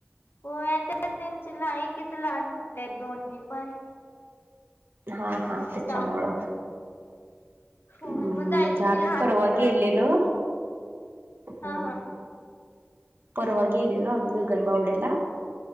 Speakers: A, on the left; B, on the right.
A: होय आणि त्यांच्या लायकीचे लहान मुले आहेत दोन्ही पण.
B: हा हा त्याच्यामुळ.
A: त्यामुळे होय
B: हम्म
A: मग जाईल तिकडे
B: आम्ही
A: ते लहान
B: परवा
A: मुलं
B: गेलेलो. होय
A: हा हा हा.
B: परवा गेलेलो आम्ही गण बावड्याला.